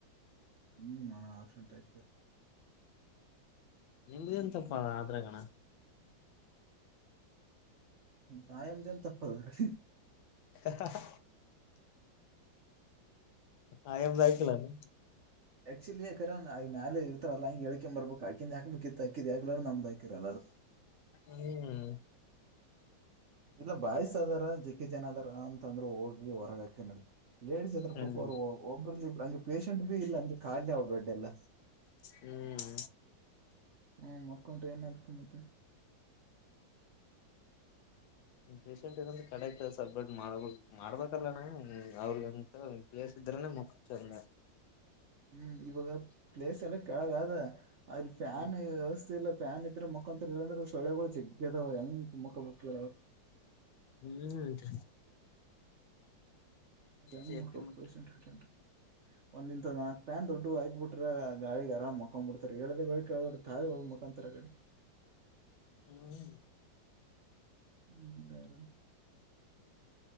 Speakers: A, on the right; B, on the left.
A: ಹ್ಮ್ ನಾನ ಆಪ್ಷನ್ ಟ
B: ನಿಮ್ದೇಂತಪ್ಪ ಅದ್ರಗಣ
A: ಸಾಯಂ ಜನ್ ತಪ್ಪದ್ರೀ
B: ಹ ಆಯಾಮದಯಕಲ್ಲ ನ
A: ಆಕ್ಚುಲಿ ಯಾಕ್ರ ಈ ಮ್ಯೇಲೆ ಇರ್ತಾರಲ್ಲ ಹಂಗೆಳ್ಕ ಬರ್ಬೇಕು ಹಾಕಿಂದ ಹಾಕ್ಬೇಕಿತ್ತಕಿ ಹಾ ನಮ್ದಾಕಿರಲ್ಲ ಹ
B: ಹ್ಮ್
A: ಇಲ್ಲ ಬಾಯ್ಸ ಅದಾರ ಜಿಕ್ಕೆ ಜನದಾರ ಅಂತ ಅಂದ್ರರು ಹೋಗಿ ಹೊರಗಾಕ ನಡತ ಲೇಡಿಸಸ್ ಅದ್ರ
B: ಹ್ಮ್
A: ಪಕ್ಕವರು ಒಬ್ಬ್ರ ಇಬ್ರು ಹಂಗೆ ಪೇಶೆಂಟ್ ಭ ಇಲ್ಲ ಹಂಗೆ ಖಾಲಿ ಅವ ಬೆಡ್ ಎಲ್ಲ
B: ಹ್ಮ್
A: ಹ್ಮ ಮಕ್ಕಂಟ್ರ ಏನ ಆಗ್ತು ಮತ್ತೆ
B: ಪೇಸೆಂಟ್ಗ ಕಡೆಕ್ ಸಪ್ರೇಟ್ ಮಾಡ್ಬೇಕ ಮಾಡ್ಬೇಕಲ್ಲ ನ ಅವ್ರಿಗಂತ ಇದ್ರನೆೇ ಮುಕ್ ಚಂದ
A: ಹ್ಮ್ ಇವಾಗ ಪ್ಲೇಸ್ ಎಲ್ಲ ಕೆಳಗ ಅದ ಅ್ರ ಫ್ಯಾನ್
B: ಹ್ಮ್
A: ವ್ಯವಸ್ಥೆ ಎಲ್ಲ ಫ್ಯಾನ್ ಇದ್ರೆ ಮುಖಾಂತ ಇಲ್ಲಂದ್ರೆ ಸಳೆಗಳು ಜಗ್ಗ ಅದಾವ ಹೆಂಗ ಮುಖ ಮುಕ್ಕಿಗಳು
B: ಹ್ಮ್
A: ಹಂಗಪ್ಪ
B: ಸೇಫ್ಟಿ ಮುಖ್ಯ
A: ವಸಂಟಿ ಒಂದ್ ಇಂತ ನಾಕ ನ್ ದೊಡ್ಡ ಹಯಕ್ಬ ಬಿಟ್ರ ಗಾಿ ಆರಾಮ್ಕೊಂಡ್ ಬಿಡ್ತರು ಹೇಳ್ದಳ ಕೇಳೊಡ್ ತಾಯಿ ಮುಖಾಂತ ಕಡೆ
B: ಹ್ಮ್
A: ಹ್ಮ್ ಗರ